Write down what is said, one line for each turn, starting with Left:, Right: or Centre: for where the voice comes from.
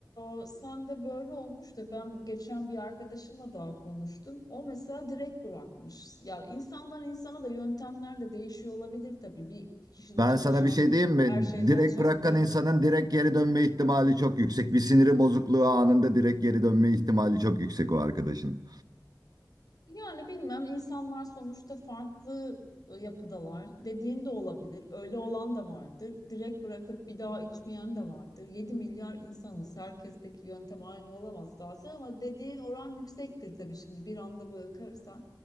Left: e, sende böyle olmuş da ben geçen bir arkadaşımla daha konuştum. O mesela direkt bırakmış. Ya insandan insana da yöntemler de değişiyor olabilir tabii. Bir kişide
Right: ben
Left: çalışan
Right: sana bir şey diyeyim mi?
Left: her şeyde
Right: Direkt
Left: olacak
Right: bırakan
Left: değil.
Right: insanın direkt geri dönme ihtimali çok yüksek. Bir siniri bozukluğu anında direkt geri dönme ihtimali çok yüksek o arkadaşın.
Left: Yani bilmem insanlar sonuçta farklı e, yapıdalar. Dediğin de olabilir. Öyle olan da vardır. Direkt bırakıp bir daha içmeyen de vardır. yedi milyar insanız. Herkesteki yöntem aynı olamaz zaten ama dediğin oran yüksektir tabii şimdi. Bir anda bırakırsan